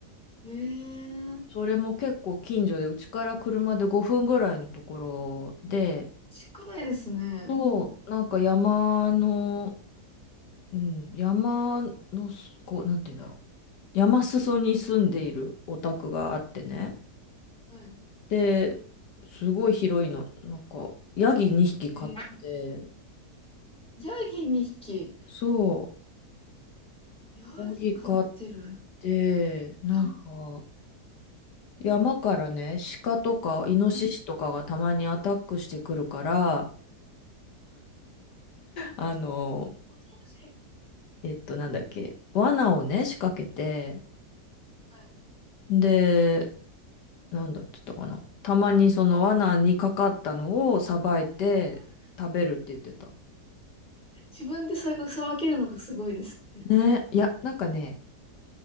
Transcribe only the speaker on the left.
それも結構近所で、うちから車で5分ぐらいのところで、
そう、
なんか山の、うん、山のす、こう、なんて言うんだろう。山裾に住んでいるお宅があってね。
で、すごい広いの。なんか、ヤギ2匹飼ってて、
そ
う、ヤギ飼って、なんか、
山からね、鹿とかイノシシとかがたまにアタックしてくるから、
あの、
えっと、なんだっけ、罠をね、仕掛けて、
で、なんだっつったかな。たまにその罠にかかったのをさばいて食べるって言ってた。
ね、いや、なんかね、